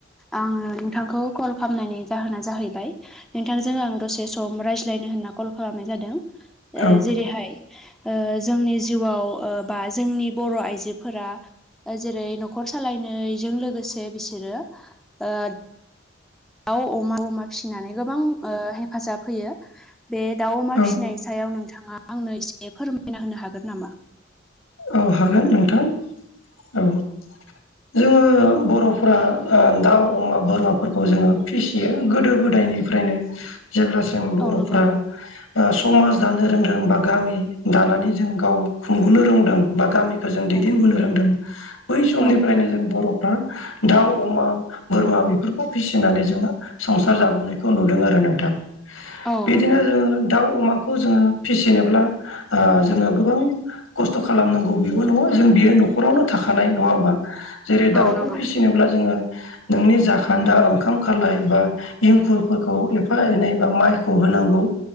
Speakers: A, in the centre; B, on the left (about 85°).
A: आङो नोंथांखौ कल खालामनायनि जाहोना जाहैबाय नोंथांजों आं दसे सम रायज्लायनो होनना कल खालामनाय जादों ओ
B: औ
A: जेरै हाय ओ जोंनि जिउआव ओ बा जोंनि बर' आइजोफोरा ओ जेरै न'खर सालायनायजों लोगोसे बिसोरो ओ दाउ अमा अमा फिसिनानै गोबां ओ हेफाजाब होयो। बे दाउ अमा
B: औ
A: फिसिनायनि सायाव नोंथाङा आंनो एसे फोरमायना होनो हागोन नामा।
B: औ हागोन नोंथां औ जोङो बर'फोरा दाउ अमा बोरमाफोरखौ जोङो फिसियो। गोदो गोदायनि फ्रायनो जेब्लासिम बर'फ्रा
A: औ नंगौ
B: समाज दानो रोंदों बा गामि दानानै जों गाव खुंबनो रोंदों। बा गामिखौ जों दैदेनबोननो
A: औ
B: रोंदों। बै समनिफ्रायनो
A: औ नंगौ
B: जों बर' बा दाउ, अमा, बोरमा बेफोरखौ फिसिनानै जोङो संसार जाबोनायखौ नुदों आरो नोंथां। बिदिनो
A: औ नंगौ
B: जोङो दाउ अमाख खौ जोङो फिसिनोब्ला ओ जोङो गोबां खस्थ' ख खालामनांगौ। बेबो नङा जों बेयो न'खरावनो थाखानाय नङा होमबा। जेरै- दाउखौ
A: औ नंगौ
B: फिसिनोब्ला जोङो नोंनि जाखान्दा ओंखाम खालाय बा इंखुरफोरखौ एफा एनै बा माइखौ होनांगौ।